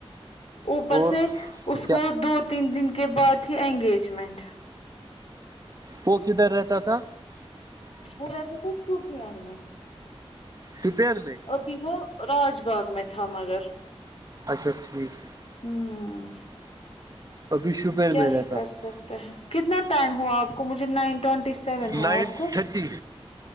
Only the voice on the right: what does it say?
اور
کیا
وہ کدھر رہتا تھا
توپیان میں
اچھا ٹھیک ہے
ابھی شپین
میں
رہتا
تھا
نائن
تھرٹی